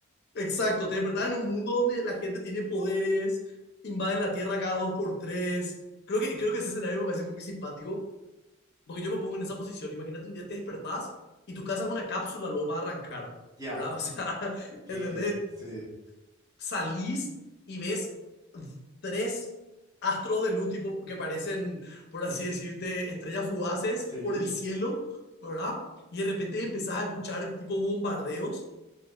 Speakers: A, on the left; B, on the right.
A: Exacto, te despertás en un mundo donde la gente tiene poderes, invade la Tierra cada dos por tres. Creo que, creo que ese escenario me parece muy simpático, porque yo me pongo en esa posición. Imagínate un día te despertás y tu casa es una cápsula, luego va a arrancar,
B: Ya,
A: ¿verdad? O sea, <laughs>
B: que
A: ¿entendés?
B: sí,
A: Salís y ves tres astros de luz, tipo, que parecen, por así decirte, estrellas fugaces
B: sí.
A: por el cielo, ¿verdad? Y de repente empezás a escuchar tipo bombardeos